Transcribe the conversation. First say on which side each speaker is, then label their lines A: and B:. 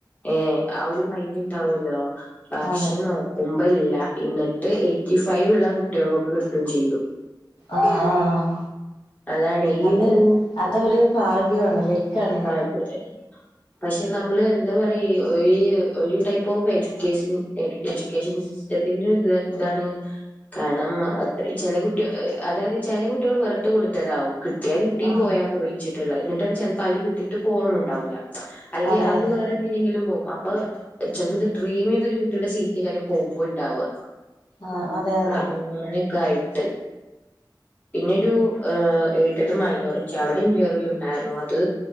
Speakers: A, on the left; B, on the left.
A: ഏഹ് ആഹ് ഒരു മൈന്റ് ഇണ്ടാവോല്ലോ പക്ഷെ
B: അതെ
A: നോ ക്കുമ്പം ഇല്ല ഇന്നെട്ട് എയ്റ്റി ഫൈവ് ഇള്ള കുട്ടിയാൾക്കൊക്കെ കിട്ടും ചെയ്തു
B: ആഹ് ആഹ്
A: അതാണെയ് ഈ
B: അത്
A: ഒരു
B: അതൊരു ഭാഗ്യവാണ് ലക്കാണ്
A: അതെലെ പക്ഷെ നമ്മെൾ എന്താ പറയാ ഈ ഒഴിഴ് ഒരു ടൈപ്പ് ഓഫ് എഡ്യൂക്കേഷൻ എഡ്യൂക്കേഷൻ സിസ് സിസ്റ്റത്തിന്റെ ര് ഇതാണ് കാരണം അത്ര ചെല കുട്ടി അതായത് ചെല കുട്ടിയോള് വെറുതെ കൊടുത്തതാകും കിട്ടിയാ കിട്ടി
B: ആഹ്
A: പോയാ പോയിച്ചിട്ടുള്ള എന്നിട്ട് ചെൽപ്പോ അതിന് കിട്ടിട്ട് പോണം ഉണ്ടാവൂല്ല അല്ലെങ്കി
B: അതെ
A: അവര്
B: അതെ
A: വേ എന്തിനെങ്കിലും പോകും അപ്പ ചെലപ്പത് ഡ്രീം ചെയ്തൊരു കുട്ടിയുടെ സീറ്റ് കാരം പോവുമ്പോണ്ടാവുക
B: ആഹ് അതെ അതെ
A: അങ്ങനെക്കെ ആയിട്ട് പിന്നൊരു എയ്ഡഡ് മൈനോറിറ്റി അവിടെ ഇൻറർവ്യൂ ഉണ്ടായിരുന്നു അത്